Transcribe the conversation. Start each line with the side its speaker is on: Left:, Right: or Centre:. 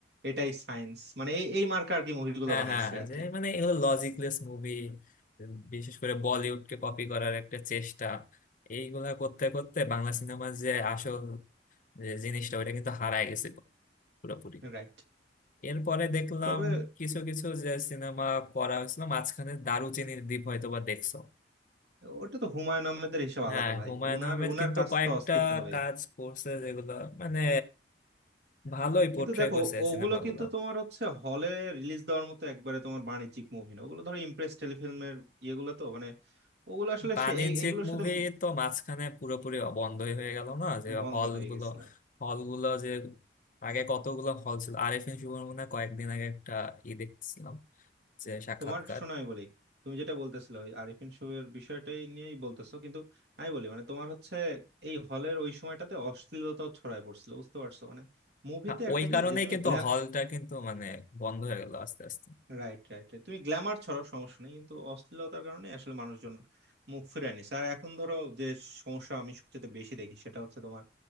Right: এটাই সায়েন্স মানে এই এই মার্কা আর কি মুভিগুলো
Left: হ্যাঁ
Right: বানাইছে
Left: হ্যাঁ
Right: আর
Left: যে
Right: কি
Left: মানে এগুলো লজিকলেস মুভি বিশেষ করে বলিউডকে কপি করার একটা চেষ্টা এইগুলা করতে করতে বাংলা সিনেমার যে আসল যে জিনিসটা ওটা কিন্তু হারায় গেছিল পুরোপুরি
Right: রাইট
Left: এরপরে দেখলাম
Right: তবে
Left: কিছু কিছু যে সিনেমা করা হয়েছিল মাঝখানে দারুচিনির দ্বীপ হয়তো বা দেখছো
Right: ওটা তো হুমায়ুন আহমেদের হিসাব
Left: হ্যাঁ
Right: আলাদা ভাই
Left: হুমায়ুন
Right: ওনার
Left: আহমেদ
Right: ওনার
Left: কিন্তু
Right: কাজ
Left: কয়েকটা
Right: তো অস্থির হবে
Left: কাজ করছে যেগুলো মানে ভালোই
Right: কিন্তু
Left: পোট্রে
Right: দেখো
Left: করছে
Right: ওগুলো
Left: সিনেমাগুলো
Right: কিন্তু তোমার হচ্ছে হলে রিলিজ দেওয়ার মতো একবারে তোমার বাণিজ্যিক মুভি না ওগুলো ধরো ইমপ্রেস টেলিফিল্মের ইয়েগুলো তো মানে ওগুলো আসলে
Left: বাণিজ্যিক
Right: সে এই- এগুলোর সাথে
Left: মুভি
Right: উম
Left: তো মাঝখানে পুরোপুরি বন্ধই হয়ে গেল না যে
Right: বন্ধ
Left: হলগুলো
Right: হয়ে গেছিল
Left: হলগুলো যে আগে কতগুলো হল ছিল আরেফিন শুভর মনে হয় কয়েকদিন আগে একটা ই দেখছিলাম যে সাক্ষাৎকার
Right: তোমার শোনো আমি বলি তুমি যেটা বলতেছিলে ওই আরিফিন শুভের বিষয়টাই নিয়েই বলতেছো কিন্তু আমি বলি মানে তোমার হচ্ছে এই হলের ওই সময়টাতে অশ্লীলতাও ছড়ায় পড়ছিল বুঝতে পারছো মানে মুভিতে
Left: হ্যাঁ,
Right: একটা
Left: ওই
Right: কি
Left: কারণেই
Right: যে তুমি
Left: কিন্তু
Right: গ্ল্যা
Left: হলটা কিন্তু মানে বন্ধ হয়ে গেল আস্তে আস্তে
Right: রাইট রাইট তুমি গ্ল্যামার ছড়াও সমস্যা নেই কিন্তু অশ্লীলতার কারণে আসলে মানুষজন মুখ ফিরায় নিছে আর এখন ধরো যে সমস্যা আমি সবচেয়ে বেশি দেখি সেটা হচ্ছে তোমার